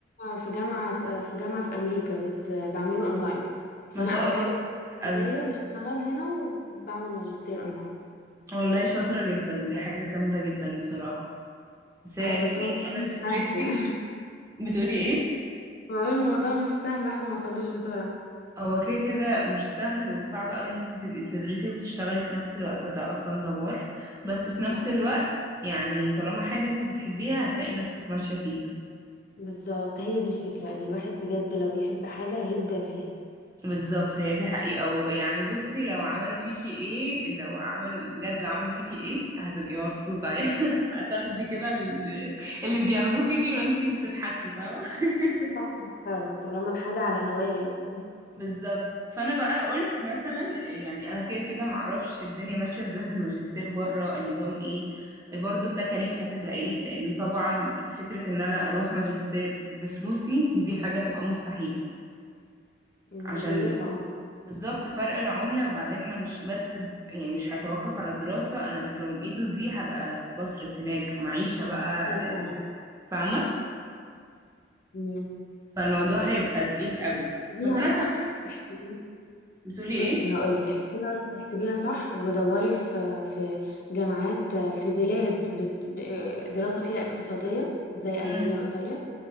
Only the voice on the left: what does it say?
في جامعه في جامعه في امريكا بس بعمله اونلاين فانا
قاعده
حاليا
في
السعوديه بشتغل هنا وبعمل ماجستير اونلاين
اه بس
هو
مش
سهل يعني
<laughs> بقول الموضوع مش سهل الواحد ما وصلوش بسرعه
صح
بالظبط هي دي الفكرة ان الواحد بجد لو بيحب حاجة هيبدع فيها
صح فعلا طالما الحاجة على هواية يعني
مكلفة
اه
طبعا
مم.
احسبيها
صح
احسبي
بصي
هقول لك احسبيها احسبيها صح ودوري في في جامعات في بلاد بت... ب- دراسة فيها اقتصادية زي
ألمانيا وإيطاليا